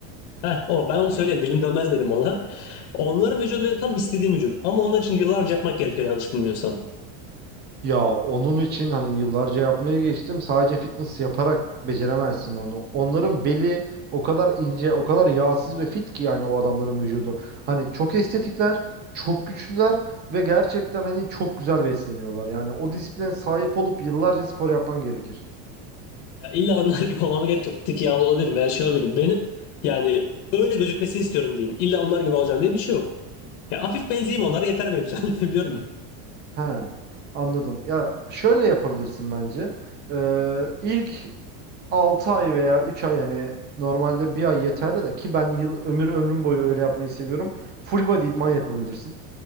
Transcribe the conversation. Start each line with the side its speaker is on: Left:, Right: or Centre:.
Left: Heh, o ben onu söyleyeyim dilim dönmez dedim ona. Onların vücudu benim tam istediğim vücut. Ama onlar için yıllarca yapmak gerekiyor yanlış bilmiyorsam.
Right: Ya onun için hani yıllarca yapmaya geçtim. Sadece fitness yaparak beceremezsin onu. Onların beli o kadar ince, o kadar yağsız ve fit ki yani o adamların vücudu. Hani çok estetikler, çok güçlüler ve gerçekten hani çok güzel besleniyorlar. Yani o disipline sahip olup yıllarca spor yapman gerekir.
Left: Ya illa onlar gibi olmama gerek yok. Bir tık yağlı olabilirim veya şey olabilirim. Benim yani öyle gözükmesini istiyorum diyeyim. İlla onlar gibi olacağım diye bir şey yok. Ya hafif benzeyeyim onlara yeter benim için <laughs> anlatabiliyor muyum?
Right: He, anladım. Ya şöyle yapabilirsin bence. Ee, ilk Altı ay veya üç ay yani normalde bir ay yeterli de ki ben yıl ömür ömrüm boyu öyle yapmayı seviyorum. Full body idman yapabilirsin.